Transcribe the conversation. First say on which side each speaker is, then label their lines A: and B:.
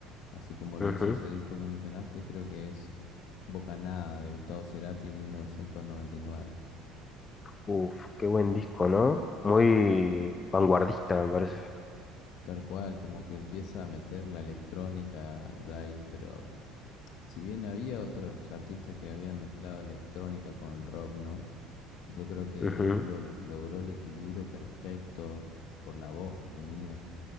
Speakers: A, on the left; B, on the left.
A: así como lo
B: Ujú.
A: hizo ese disco que mencionaste, creo que es Bocanada de Gustavo Cerati en 1999.
B: Uf, qué buen disco, ¿no? Muy vanguardista, me parece.
A: Tal cual, como que empieza a meter la electrónica ya ahí, pero si bien había otros artistas que habían mezclado electrónica con rock, ¿no? Pues Yo creo que
B: Ujú.
A: él lo- logró el equilibrio perfecto por la voz que tenía.